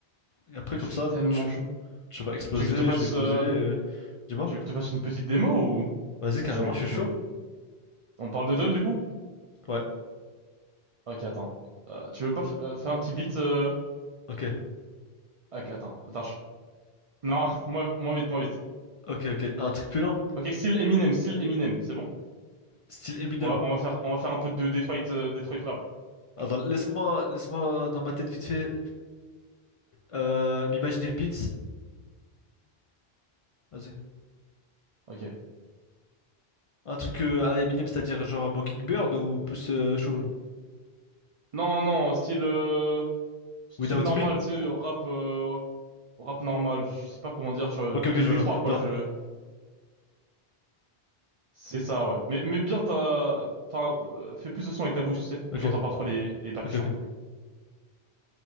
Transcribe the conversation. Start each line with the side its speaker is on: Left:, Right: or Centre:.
Left: Et après,
Right: Je
Left: comme
Right: suis
Left: ça,
Right: tellement
Left: tu,
Right: chaud.
Left: tu vas exploser,
Right: Tu veux que je te fasse
Left: je vais exploser.
Right: euh,
Left: euh, Dis-moi,
Right: Tu veux que je te fasse une petite démo ou...
Left: vas-y, carrément,
Right: Parce que tu m'écoutes,
Left: je suis
Right: tu...
Left: chaud.
Right: On parle de drill du coup?
Left: Ouais,
Right: Ok, attends. Euh, tu veux pas f- euh, faire un petit beat euh...
Left: ok.
Right: Ok, attends, attends. je- Non, <laughs> moins, moins vite, moins vite.
Left: Ok, ok, un truc plus lent,
Right: Ok, style Eminem, style Eminem, c'est bon?
Left: style Eminem.
Right: On va, on va faire, on va faire un peu de Detroit, euh, Detroit rap.
Left: Ah, dans- laisse-moi, laisse-moi dans ma tête vite fait euh, m'imaginer le beat. Vas-y.
Right: Ok.
Left: Un truc euh, à la Eminem, c'est-à-dire genre Mockingbird ou plus euh, chaud, genre.
Right: Non, non, style, euh, style
Left: Without
Right: normal,
Left: Me?
Right: tu sais, rap, euh, rap normal. Je sais pas comment dire, tu vois,
Left: Ok,
Right: de
Left: ok, je
Right: Détroit
Left: vois, je vois.
Right: quoi.
Left: Genre.
Right: Je, c'est ça, ouais. Mais, mais bien, t'as, enfin, euh, fais plus de son avec ta bouche, tu sais.
Left: Ok,
Right: J'entends pas trop les, les percussions.
Left: ok,